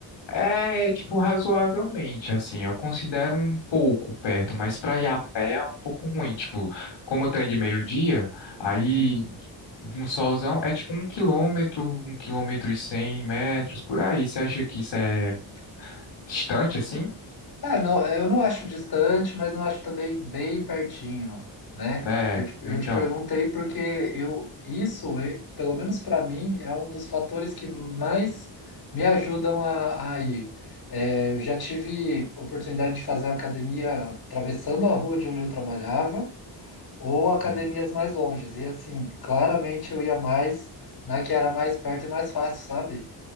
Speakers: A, on the left; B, on the left.
A: É, tipo, razoavelmente, assim, eu considero um pouco perto, mas pra ir a pé é um pouco ruim, tipo, como tem de meio-dia, aí
B: Uhum.
A: no solzão é tipo um quilômetro, um quilômetro e cem metros, por aí, você acha que isso é distante, assim?
B: Ah, não, eu não acho distante, mas não acho também bem pertinho, né?
A: É,
B: Eu te, eu
A: então...
B: te perguntei porque eu, isso, eh, pelo menos para mim, é um dos fatores que mais me ajudam a, a ir. Eh, eu já tive oportunidade de fazer academia atravessando a rua de onde eu trabalhava, ou academias
A: hum.
B: mais longes. E assim, claramente eu ia mais na que era mais perto e mais fácil, sabe?